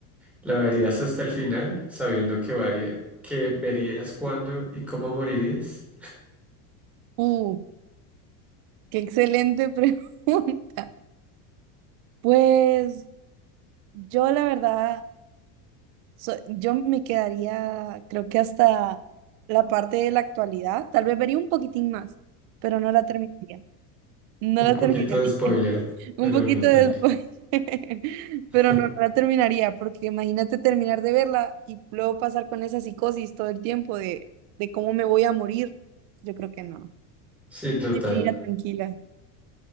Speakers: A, in the centre; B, on the right (about 50°).
A: ¿La verías hasta el final, sabiendo que, varie- que verías cuándo y cómo morirías?
B: Uh, qué excelente <laughs> pregunta. Pues yo la verdad, so- yo me quedaría, creo que hasta la parte de la actualidad. Tal vez vería un poquitín más, pero no la terminaría. No
A: Un
B: la
A: poquito
B: terminaría.
A: de spoiler,
B: Un
A: pero
B: poquito
A: no tanto.
B: después, <laughs>
A: <laughs>
B: pero no, no la terminaría, porque imagínate terminar de verla y luego pasar con esa psicosis todo el tiempo de, de cómo me voy a morir. Yo creo que no.
A: Sí, total.
B: Seguiría tranquila.